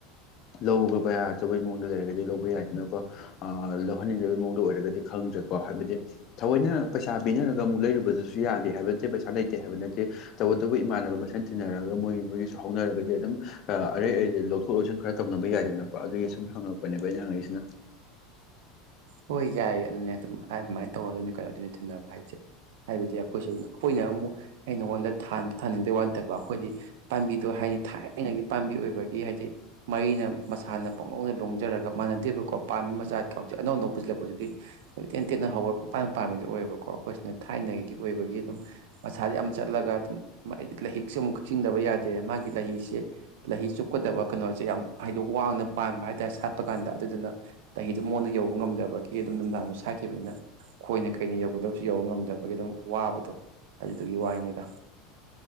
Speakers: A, on the left; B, on the right.
A: ꯂꯧꯈ꯭ꯔꯕ ꯌꯥ ꯑꯆꯧꯕꯩ ꯃꯑꯣꯡꯗ ꯂꯩꯔꯒꯗꯤ ꯂꯧꯕ ꯌꯥꯏꯗꯅꯀꯣ ꯑ ꯂꯧꯍꯟꯅꯤꯡꯗꯕꯩ ꯃꯑꯣꯡꯗ ꯑꯣꯏꯔꯒꯗꯤ ꯈꯪꯗ꯭ꯔꯦꯀꯣ ꯍꯥꯏꯕꯗꯤ ꯊꯑꯣꯏꯅ ꯄꯩꯁꯥ ꯄꯤꯅꯔꯒ ꯑꯃꯨꯛ ꯂꯩꯔꯨꯕꯗꯨꯁꯨ ꯌꯥꯗꯦ ꯍꯥꯏꯕ ꯅꯠꯇꯦ ꯄꯩꯁꯥ ꯂꯩꯇꯦ ꯍꯥꯏꯕ ꯅꯠꯇꯦ ꯇꯧꯕꯇꯕꯨ ꯏꯃꯥꯟꯅꯕ ꯃꯁꯦꯟ ꯇꯤꯟꯅꯔꯒ ꯃꯣꯏꯒꯤ ꯃꯣꯏꯒꯤꯁꯨ ꯍꯧꯅꯔꯒꯗꯤ ꯑꯗꯨꯝ ꯑꯔꯩ ꯂꯧꯊꯣꯛ ꯂꯧꯁꯤꯟ ꯈꯔ ꯇꯧꯅꯕ ꯌꯥꯏꯗꯅꯀꯣ ꯑꯗꯨꯒꯤ ꯁꯨꯝ ꯍꯪꯉꯛꯄꯅꯦꯕ ꯑꯩꯅ ꯍꯪꯉꯛꯏꯁꯤꯅ
B: ꯍꯣꯏ ꯌꯥꯏꯌꯦ ꯑꯗꯨꯅꯦ ꯑꯗꯨꯝ ꯑꯗꯨꯃꯥꯏꯅ ꯇꯧꯅꯗꯣꯏꯅꯤ ꯀꯩꯅꯣ ꯑꯗꯨꯅꯤ ꯇꯤꯟꯅꯕ ꯍꯥꯏꯁꯦ ꯍꯥꯏꯕꯗꯤ ꯑꯩꯈꯣꯏꯁꯨ ꯑꯩꯈꯣꯏꯅ ꯑꯃꯨꯛ ꯑꯩ ꯅꯉꯣꯟꯗ ꯊꯥꯅꯤꯡꯗꯕ ꯋꯥ ꯅꯠꯇꯕ ꯑꯩꯈꯣꯏꯗꯤ ꯄꯥꯝꯕꯤꯗꯣ ꯍꯥꯏꯅꯤ ꯊꯥꯏꯅꯒꯤ ꯄꯥꯝꯕꯤ ꯑꯣꯏꯕꯒꯤ ꯍꯥꯏꯗꯤ ꯃꯩꯅ ꯃꯁꯥꯅ ꯄꯣꯛꯅꯧꯅ ꯂꯣꯡꯖꯔꯒ ꯃꯥꯟꯅꯗꯦꯕꯀꯣ ꯄꯥꯝꯃꯤ ꯃꯆꯥꯗ ꯀꯁꯦ ꯑꯅꯧ ꯑꯅꯧ ꯄꯨꯁꯤꯜꯂꯛꯄꯁꯤꯗꯤ ꯏ ꯇꯦꯟ ꯇꯦꯟꯅ ꯍꯧꯔꯒꯄꯥꯅ ꯄꯥꯝꯃꯤꯗꯨ ꯑꯣꯏꯌꯦꯕꯀꯣ ꯑꯩꯈꯣꯏꯁꯤꯅ ꯊꯥꯏꯅꯒꯤ ꯑꯣꯏꯕꯒꯤ ꯑꯗꯨꯝ ꯃꯁꯥꯗꯤ ꯌꯥꯝ ꯆꯠꯂꯒ ꯑꯗꯨꯝ ꯍꯥꯏꯗꯤ ꯂꯩꯍꯤꯛꯁꯦ ꯑꯃꯨꯛ ꯀꯛꯆꯤꯡꯗꯕ ꯌꯥꯗꯦ ꯃꯥꯒꯤ ꯂꯩꯁꯦ ꯂꯩꯍꯤ ꯆꯨꯞꯀꯗꯕ ꯀꯩꯅꯣꯁꯦ ꯌꯥꯝ ꯍꯥꯏꯗꯤ ꯋꯥꯡꯅ ꯄꯥꯟꯕ ꯍꯥꯏꯇꯥꯔꯦ ꯁꯥꯠꯄ ꯀꯥꯟꯗ ꯑꯗꯨꯗꯨꯅ <unintelligible> ꯃꯉꯣꯟꯗ ꯌꯧꯕ ꯉꯝꯗꯕꯒꯤ ꯑꯗꯨꯝ ꯅꯨꯡꯗꯥꯡꯁꯨ ꯁꯥꯈꯤꯕꯅꯤꯅ ꯈꯣꯏꯅ ꯀꯩꯅ ꯌꯧꯒꯗꯕꯁꯨ ꯌꯧꯕ ꯉꯝꯗꯕꯒꯤ ꯑꯗꯨꯝ ꯋꯥꯕꯗꯣ ꯑꯗꯨꯗꯨꯒꯤ ꯋꯥꯔꯤꯅꯤꯗ